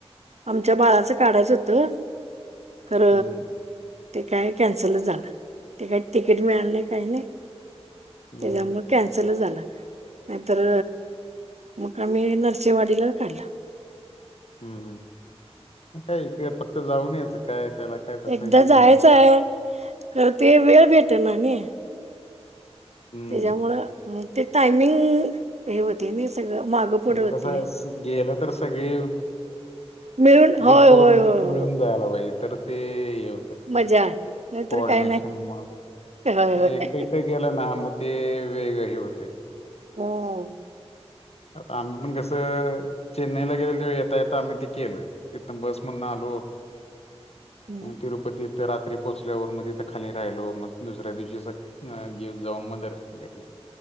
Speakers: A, on the right (about 85°); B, on the left (about 70°).
A: आमच्या बाळाचं काढायचं होतं खर
B: हम्म
A: ते काय कॅन्सल झालं. ते काय तिकीट मिळालं नाही काही नाही
B: हम्म
A: त्याच्यामुळ. कॅन्सल झाल नाहीतर मग आम्ही नरसिंहवाडीला काढलं.
B: हम्म काय इकडे फक्त जाऊन यायच काय त्याला काय तसं
A: एकदा
B: हे नाही.
A: जायचं आहे. तर ते वेळ भेटना नी
B: हम्म.
A: त्याच्यामुळं ते टायमिंग हे होतय ना सगळं मागं पुढ
B: आणि ते
A: होतय.
B: कसं आहे स गेलं तर सगळी
A: मिळून होय
B: बुक करून
A: होय होय होय
B: मिळून जायला पाहिजे. तर ते हे होतय
A: मजा आहे नाहीतर
B: कोऑर्डिनेशन
A: काय नाही
B: मग
A: होय
B: नाही
A: होय
B: एकट, एकट, गेलं ना मग ते वेगळं हे होतय.
A: हम्म!
B: आता आम्ही पण कसं चेन्नईला गेलो तेव्हा येता येता आम्ही ते केलं इतना बस मधून आलो.
A: हम्म
B: तिरुपतीथ रात्री पोहोचल्यावर मध्ये तिथ खाली राहिलो. मग दुसऱ्या दिवशी सकाळी ह जाऊन मग दर्शन घेतलं.